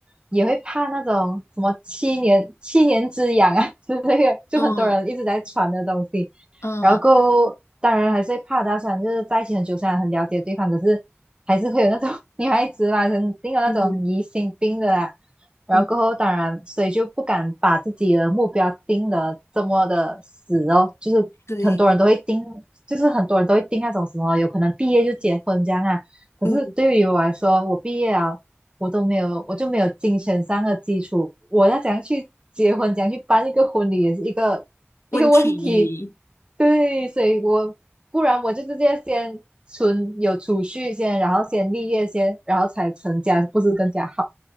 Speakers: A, on the right; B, on the left.
A: 也会怕那种什么七年七年之痒啊 <laughs> 之类的 <laughs>，就很多人一直在传的东西。
B: 嗯嗯，
A: 然后后，当然还是会怕到，虽然就是在一起很久，虽然很了解对方，可是还是会有那种女孩子嘛，肯定有那种疑心病的啦。
B: 嗯
A: 然后过后，
B: 嗯，
A: 当然，所以就不敢把自己的目标定的这么的死哦，就是很多人都会定，
B: 对，
A: 就是很多人都会定那种什么，有可能毕业就结婚这样啊。可是对于我来说，
B: 嗯，
A: 我毕业啊，我都没有，我就没有金钱上的基础，我要怎样去结婚，怎样去办一个婚礼，也是一个 <laughs>
B: 问题。
A: 一个问题。对，所以我不然我就直接先存有储蓄先，然后先立业先，然后才成家，不是更加好？